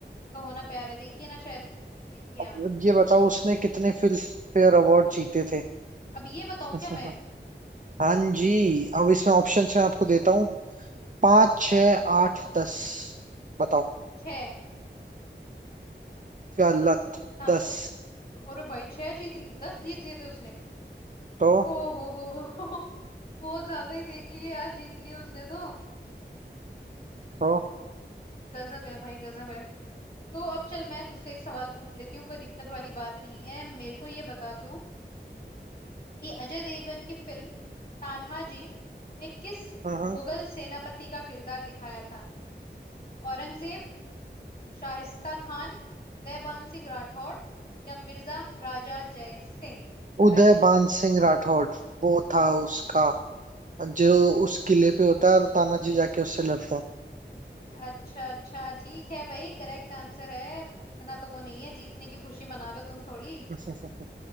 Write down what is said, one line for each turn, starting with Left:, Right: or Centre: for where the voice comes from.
Left: कहो ना प्यार है देखिए ना शायद देखिए
Right: अब
Left: हाँ।
Right: ये बताओ उसने कितने फिल्म फेयर अवार्ड जीते थे
Left: अब ये बताऊं
Right: <laughs>
Left: क्या मैं
Right: हाँ जी अब इसमें ऑप्शंस मैं आपको देता हूँ पाँच छ आठ दस बताओ
Left: छह
Right: गलत
Left: हाँ
Right: दस
Left: तो, तो, तो अरे भाई छह जीत लिए दस जीत लिए थे उसने
Right: तो
Left: ओ हो हो हो बहुत ज्यादा ही देख लिए यार जीत लिए उसने तो
Right: तो
Left: गजब है भाई गजब है तो अब चल मैं तुझसे एक सवाल पूछ लेती हूँ कोई दिक्कत वाली बात नहीं है मेरे को ये बता तू कि अजय देवगन की फिल्म तान्हाजी में किस
Right: हाँ
Left: मुगल सेनापति का किरदार दिखाया था औरंगजेब शाहिस्ता खान उदयबान सिंह राठौड़ या मिर्जा राजा जय सिंह बताइए
Right: उदय बान सिंह राठौड़ वो था उसका जो उस किले पे होता है और तानाजी जाके उससे लड़ता है
Left: अच्छा अच्छा ठीक है भाई करेक्ट आंसर है इतना तो वो नहीं है जीतने की खुशी मना लो तुम थोड़ी
Right: <laughs>